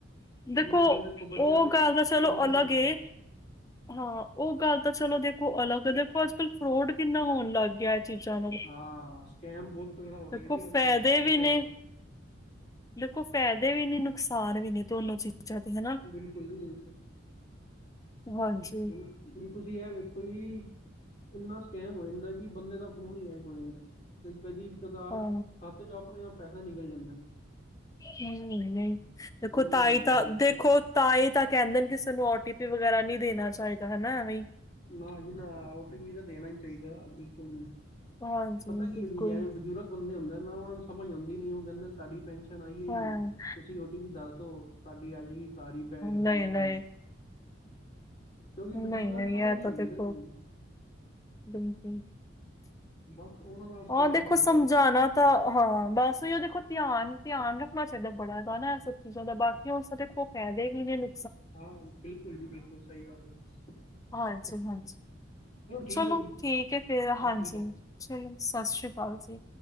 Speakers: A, on the left; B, on the left.
A: ਹੁਣ
B: ਦੇਖੋ
A: ਤੁਸੀਂ ਵੇਖੋ ਬੱਚਿਆਂ
B: ਓ
A: ਤੇ
B: ਗੱਲ ਤਾਂ ਚਲੋ
A: ਕਿੰਨਾ ਅਸਰ
B: ਅਲੱਗ
A: ਪੈਂਦਾ।
B: ਏ ਹਾਂ ਓ ਗੱਲ ਤਾਂ ਚਲੋ ਦੇਖੋ ਅਲੱਗ ਐ, ਦੇਖੋ ਅੱਜ-ਕੱਲ ਫਰੋਡ ਕਿੰਨਾ ਹੋਨ ਲਾਗੇਆ ਚੀਜ਼ਾਂ ਨਾਲ,
A: ਹਾਂ ਸਕੈਮ ਬਹੁਤ ਤਗੜਾ ਹੋ ਰਿਹਾ
B: ਦੇਖੋ
A: ਜੀ
B: ਫੈਦੇ
A: ਅੱਜ ਕੱਲ੍ਹ ਪੈਸਿਆਂ
B: ਵੀ ਨੇ
A: ਦਾ।
B: ਦੇਖੋ ਫਾਇਦੇ ਵੀ ਨੇ, ਨੁਕਸਾਨ ਵੀ ਨੇ ਦੋਨੋਂ ਚੀਜ਼ ਚੀਜ਼ਾਂ ਦੇ ਹਨਾ,
A: ਬਿਲਕੁਲ ਜੀ ਬਿਲਕੁਲ
B: ਹਾਂਜੀ।
A: ਹੁਨ ਤੁਸੀਂ ਐ ਵੇਖੋ ਜੀ ਏਨਾ ਸਕੈਮ ਹੋ ਜਾਂਦਾ ਕੀ ਬੰਦੇ ਦਾ ਫੋਨ ਈ ਹੈਕ ਹੋ ਜਾਂਦੈ। ਕਦੀ ਕਦਾਰ
B: ਹਾਂ,
A: ਖਾਤੇ ਚੋਂ ਆਪਨੇ ਆਪ ਪੈਸਾ ਨਿਕਲ ਜਾਂਦੈ।
B: ਹੂੰ ਨਈਂ, ਦੇਖੋ ਤਾਈਂ
A: ਨੇ ਅੱਜ ਕੱਲ
B: ਤਾਂ
A: ਦੇਖ
B: ਦੇਖੋ
A: ਲਓ।
B: ਤਾਂਈ ਤਾਂ ਕੈਂਦੇ ਨੇ ਕਿਸੇ ਨੂੰ ਓ ਟੀ ਪੀ ਵਗੈਰਾ ਨੀ ਦੇਨਾ ਚਾਈਦਾ ਹਨਾ ਐਵੀਂ
A: ਨਾ ਜੀ ਨਾ ਓ ਟੀ ਪੀ ਤਾਂ ਦੇਨਾ ਈ ਨੀ ਚਾਈਦਾ ਬਿਲਕੁਲ ਵੀ।
B: ਹਾਂਜੀ,
A: ਪਤਾ ਕੀ
B: ਬਿਲਕੁਲ।
A: ਹੋਈਂ ਜਾ ਰੈਆ ਬਜ਼ੁਰਗ ਬੰਦੇ ਹੁੰਦੇ ਨਾ ਓਨਾਂ ਨੂੰ ਸਮਜ ਆਂਦੀ ਨੀ ਓ ਕੈਂਦੇ ਤਾਡੀ ਪੈਨਸ਼ਨ ਆਈ ਐ
B: ਹਾਂ-ਹਾਂ,
A: ਜੀ। ਤੁਸੀਂ ਓ ਟੀ ਪੀ ਦੱਸ ਦੋ ਤਾਡੀ ਆ ਜੇਗੀ ਸਾਰੀ ਬੈਗ ਪੈਨਸ਼ਨ
B: ਨਹੀਂ-ਨਹੀਂ,
A: ਕਿਉਂਕਿ ਬਜ਼ੁਰਗਾਂ
B: ਨਈਂ-ਨਈਂ
A: ਨੂੰ ਸਮਝ
B: ਐ
A: ਨੀ
B: ਤਾਂ
A: ਆਉਂਦੀ
B: ਦੇਖੋ,
A: ਨਾ ਜੀ
B: ਬਿਲਕੁਲ
A: ਬਸ ਉਹਨਾਂ ਨਾਲ ਸਕੈਮ
B: ਹਾਂ ਦੇਖੋ
A: ਹੋ ਜਾਂਦਾ
B: ਸਮਝਾਨਾ ਤਾਂ ਹਾਂ ਬਸ ਓਈ ਐ ਦੇਖੋ ਧਿਆਨ-ਧਿਆਨ ਰਖਨਾ ਚਈਦੈ ਬੜੇਆਂ ਦਾ ਨਾ ਏ ਸਭ ਚੀਜ਼ਾਂ ਦਾ ਬਾਕੀ ਕੇ ਓਸਦੇ ਦੇਖੋ ਫੈਦੇ ਵੀ ਨੇ ਨੁ
A: ਹਾਂ ਬਿਲਕੁਲ ਜੀ ਬਿਲਕੁਲ ਸਈ ਗੱਲ ਏ।
B: ਹਾਂਜੀ ਹਾਂਜੀ,
A: ਠੀਕ
B: ਚਲੋ
A: ਹੈ ਜੀ
B: ਠੀਕ ਹੈ ਫੇਰ
A: ਸਤਿ
B: ਹਾਂਜੀ।
A: ਸ੍ਰੀ ਅਕਾਲ
B: ਚਲੋ, ਸਤਿ ਸ੍ਰੀ ਅਕਾਲ ਜੀ।